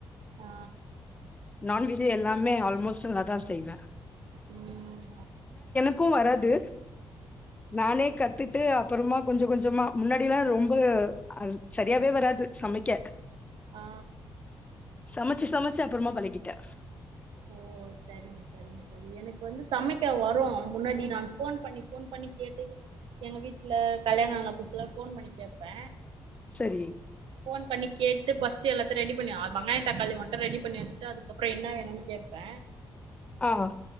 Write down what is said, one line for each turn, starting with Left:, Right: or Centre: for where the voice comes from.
Right: ஆ
Left: நான்வெஜ் எல்லாமே ஆல்மோஸ்ட் நல்லாதா செய்வே
Right: உம்
Left: க்கு வராது நானே கத்துட்டு குருமா கொஞ்ச கொஞ்ச கொஞ்சமா முன்னாடி எல்லா ரொம்ப அ சரியாவே வராது சமக்க
Right: ஆ
Left: சமச் சமச்சி சமச்சி அப்புறமா பழகிட்டே
Right: ஓ சரிங்க சரிங்க தோழி எனக்கு வந்து சமைக்க வரு முன்னாடி நான் போன் பண்ணி போன் பண்ணி கேட்டு எங்க வீட்ல கல்யாண ஆன புதுசுல போன் பண்ணி கேப்பே
Left: சரி
Right: போன் பண்ணி கேட்டு பஸ்டு எல்லாத்த ரெடி பண்ணி வெங்காய தக்காளி மட்டு ரெடி பண்ணி வச்சுடு அதுக்கப்ற என்னா வேணும் கேப்பே
Left: ஆ.